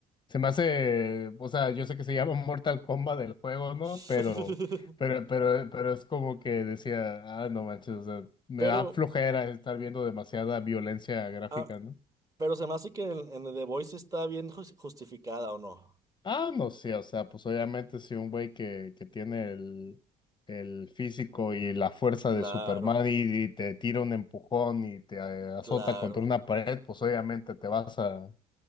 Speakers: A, on the left; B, on the right.
A: Se me hace, o sea, yo sé que se llama Mortal Kombat del juego, ¿no?
B: <laughs>
A: Pero, pero, pero, pero es como que decía, ah, no manches, o sea, me
B: Pero,
A: da flojera estar viendo demasiada violencia gráfica,
B: ah,
A: ¿no?
B: pero se me hace que en, en The Voice está bien jus- justificada, ¿o no?
A: Ah, no sé, o sea, pues obviamente si un güey que, que tiene el, el físico y la fuerza
B: Claro.
A: de Superman y, y te tira un empujón y te eh, azota
B: Claro,
A: contra una pared, pues obviamente te vas a,